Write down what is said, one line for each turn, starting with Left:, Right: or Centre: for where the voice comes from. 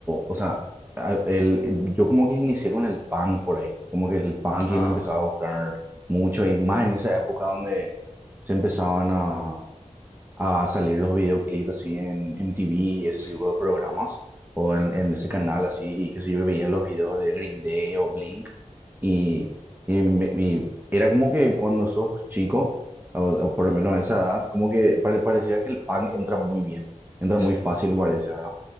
Right: o sea, a- el, yo como que inicié con el punk por ahí, como que el punk
Left: Ah,
Right: y me empezaba a gustar mucho y más en esa época donde se empezaban a a salir los videoclips así en MTV y
Left: sí,
Right: ese tipo de programas, o en, en ese canal así, y qué sé yo, y veía los videos de Green Day o Blink, y, y me- y era como que cuando sos chico, o, o por lo menos a esa edad, como que pare- parecía que el punk entra muy bien, entra
Left: sí.
Right: muy fácil, parece, ¿verdad?